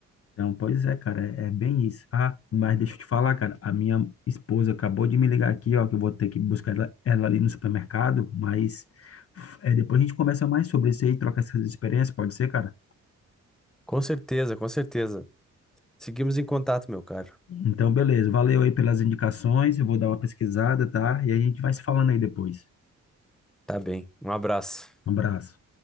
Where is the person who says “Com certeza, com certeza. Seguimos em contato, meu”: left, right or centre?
Centre